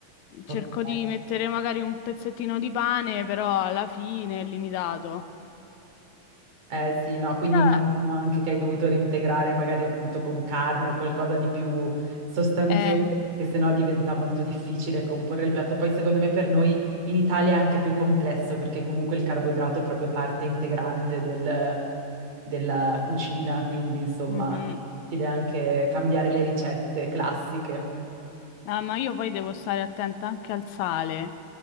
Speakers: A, on the left; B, on the right.
A: cerco
B: Ok.
A: di mettere magari un pezzettino di pane, però alla fine è limitato.
B: Eh sì, no, quindi
A: Però,
B: immagino anche che hai dovuto reintegrare magari appunto con carne o qualcosa di più sostanzioso,
A: eh,
B: perché sennò diventa molto difficile comporre il piatto. Poi secondo me per noi in Italia è anche più complesso perché comunque il carboidrato è proprio parte integrante del- della cucina, quindi insomma
A: mhm.
B: è difficile anche cambiare le ricette classiche.
A: Ah, ma io poi devo stare attenta anche al sale,